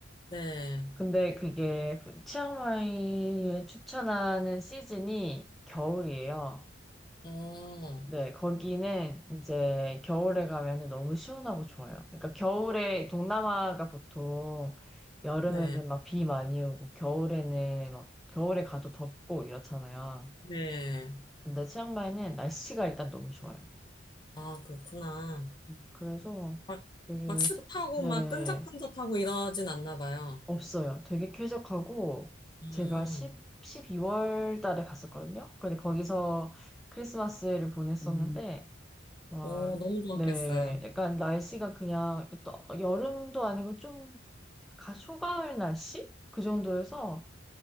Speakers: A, on the left; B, in the centre.
A: 네.
B: 근데 그게 푸- 치앙마이에 추천하는 시즌이 겨울이에요.
A: 어,
B: 네, 거기는 이제 겨울에 가면은 너무 시원하고 좋아요. 그러니까 겨울에 동남아가 보통 여름에는
A: 네.
B: 막 비 많이 오고 겨울에는 막 겨울에 가도 덥고 이렇잖아요.
A: 네.
B: 근데 치앙마이는 날씨가 일단 너무 좋아요.
A: 아, 그렇구나.
B: 음, 그래서
A: 막,
B: 되게
A: 막 습하고
B: 습- 네,
A: 막 끈적끈적하고 이러진 않나 봐요.
B: 없어요. 되게 쾌적하고
A: 음.
B: 제가 10, 12월 달에 갔었거든요. 근데 거기서 크리스마스를 음, 보냈었는데 와,
A: 오, 너무 좋았겠어요.
B: 네, 약간 날씨가 그냥 또 여름도 아니고 좀 가- 초가을 날씨? 그 정도여서